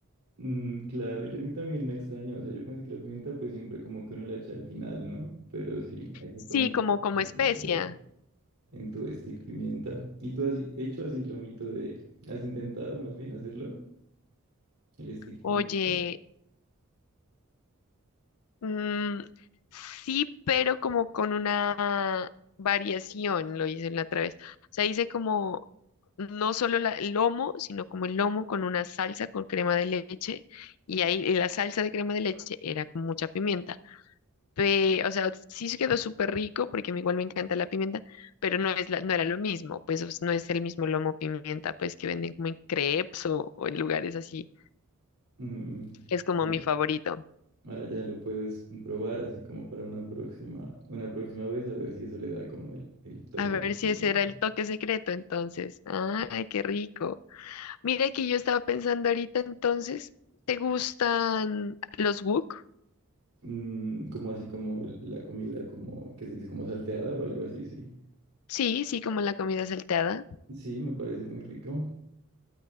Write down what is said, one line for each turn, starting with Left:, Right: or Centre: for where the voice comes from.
Right: Mm, claro, yo a mí también me extrañó. O sea, yo pensé que la pimienta, pues siempre como que uno la echa al final, ¿no? Pero sí, ahí de
Left: Sí,
Right: pronto,
Left: como como
Right: para
Left: especia.
Right: que no pruebes, en tu stick pimienta. ¿Y tú has hecho así lo mito de, has intentado más bien hacerlo, el stick pimienta?
Left: Oye, Mm, sí, pero como con una variación, lo hice la otra vez. O sea, hice como no solo la- el lomo, sino como el lomo con una salsa con crema de leche. Y ahí y la salsa de crema de leche era con mucha pimienta. Pe- o sea, sí se quedó súper rico porque a mí igual me encanta la pimienta, pero no es la- no era lo mismo. Pues o sea, no es el mismo lomo pimienta, pues que venden como en crepes o o en lugares así.
Right: Mm,
Left: Es
Right: claro.
Left: como mi favorito.
Right: Ahora ya lo puedes probar así como para una próxima, una próxima vez, a ver si eso le da como el, el toque
Left: A ver
Right: de
Left: si
Right: pimienta.
Left: ese era el toque secreto entonces. Ay, qué rico. Mira que yo estaba pensando ahorita entonces, ¿te gustan los wok?
Right: Mm, como así como la comida como que se dice como salteada o algo así, sí.
Left: Sí, sí, como la comida salteada.
Right: Sí, me parece muy rico.